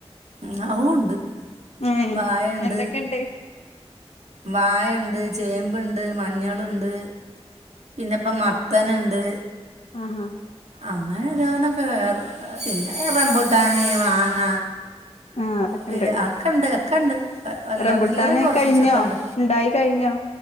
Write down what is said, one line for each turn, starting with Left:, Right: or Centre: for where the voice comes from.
Right: ഉ അഉണ്ട്
Left: ഏഹ്
Right: വായണ്ട്.
Left: എന്തൊക്കെയുണ്ട്
Right: വായണ്ട്. ചേമ്പുണ്ട് മഞ്ഞളുണ്ട് പിന്നെ ഇപ്പം മത്തനുണ്ട്.
Left: ആഹ-
Right: അങ്ങനെ ഓരോന്നക്കെ പിന്നെ റംമ്പുട്ടാന് മാങ്ങ.
Left: ആഹ് അതൊക്കെ
Right: <unintelligible>
Left: ഉണ്ട്
Right: ഒക്കെണ്ട് ഒക്കെണ്ട്. അല്ലറ
Left: റംബുട്ടാന്
Right: ചില്ലറ കുറച്ചിച്ചൊക്കെണ്ട്
Left: കഴിഞ്ഞോ ഉണ്ടായി കഴിഞ്ഞോ